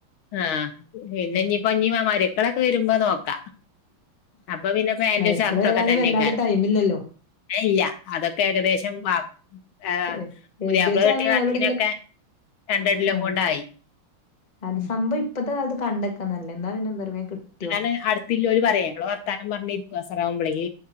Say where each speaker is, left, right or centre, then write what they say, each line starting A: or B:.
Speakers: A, on the left; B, on the left.
A: ആഹ് പിന്നെപ്പഞ്ഞീപ്പമാ
B: ഉം
A: മരിയക്കൾ മരിയക്കളൊക്കെ വരുമ്പോ നോക്ക അപ്പൊ പിന്നെ ഫാൻന്റും
B: മരക്കള്
A: ഷർട്ടോക്കെ
B: വരാന്
A: തന്നയ്ക്കാരം
B: വല്ലാതെ ടൈമില്ലല്ലോ
A: ഇല്ല അതൊക്കെ ഏകദേശം വാപ് ഏഹ്
B: ഏ
A: പുതിയാപ്ല
B: ഏകദേശം
A: കിട്ടിയ
B: ആവുമ്പോ
A: കണക്കിനൊക്കെ
B: ഓലെവ്ടെങ്കിലും
A: രണ്ടോല്ലം
B: ആഹ്
A: കൊണ്ടായി
B: അത്
A: ഉം.
B: സംഭവം ഇപ്പത്തെ കാലത്ത് കണ്ടക്കാനല്ലത് എന്നാ പിന്നെന്താറിയോ വേഗം കിട്ടും
A: അതാണ് അടുത്തലോൽ പറയേ മ്മൾ വർത്താനം പറഞ്ഞിരിക്കും അസറാവുമ്പളേയ്